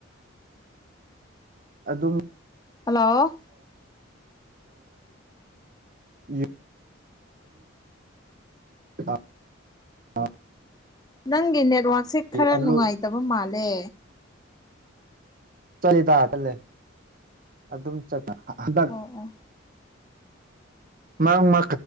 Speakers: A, on the right; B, on the left.
A: ꯑꯗꯨꯝ
B: ꯍꯜꯂꯣ
A: ꯌꯦ ꯑ ꯑꯥ
B: ꯅꯪꯒꯤ ꯅꯦꯠꯋꯥꯔꯛꯁꯦ ꯈꯔ
A: ꯑꯂꯨ
B: ꯅꯨꯡꯉꯥꯏꯇꯕ ꯃꯥꯜꯂꯦ
A: ꯆꯠꯂꯤ ꯇ ꯆꯜꯂꯦ ꯑꯗꯨꯝ ꯆꯠ ꯍꯟꯇꯛ
B: ꯑꯣ ꯑꯣ
A: ꯃꯥꯥꯡ ꯃꯥ